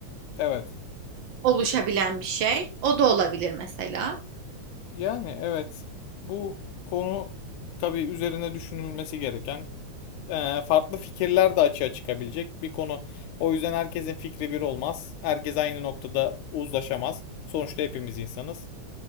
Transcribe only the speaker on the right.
oluşabilen bir şey. O da olabilir mesela.